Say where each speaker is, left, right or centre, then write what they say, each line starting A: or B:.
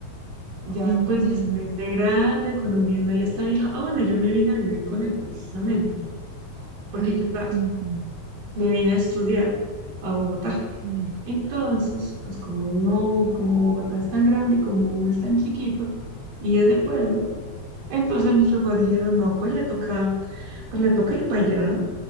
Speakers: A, on the right; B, on the right.
A: Ya
B: Entiendo.
A: pues después de grande, cuando mi hermana ya está vieja, ah bueno, yo me vine a vivir con él precisamente, porque
B: Ay,
A: ¿qué pasa?
B: qué entiendo.
A: Me vine a estudiar a Bogotá.
B: Sí.
A: Entonces, pues como uno, como Bogotá es tan grande y como uno es tan chiquito y es de pueblo, entonces mis papás dijeron, no, pues le toca, pues le toca ir para allá,